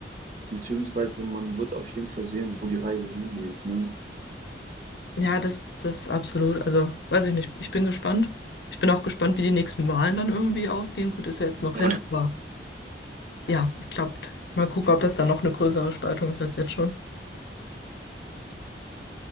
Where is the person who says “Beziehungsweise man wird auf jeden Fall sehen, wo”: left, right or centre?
Right